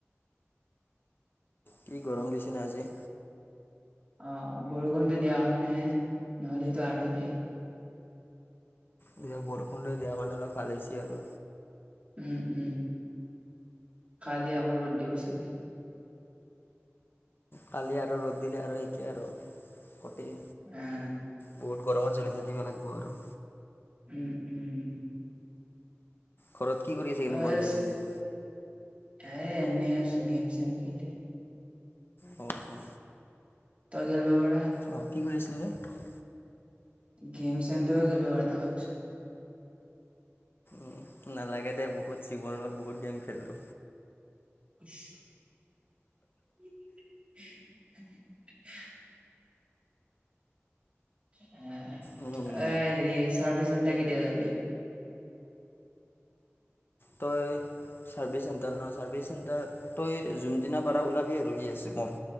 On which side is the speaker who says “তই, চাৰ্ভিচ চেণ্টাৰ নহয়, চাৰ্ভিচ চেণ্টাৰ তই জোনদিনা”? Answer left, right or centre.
Left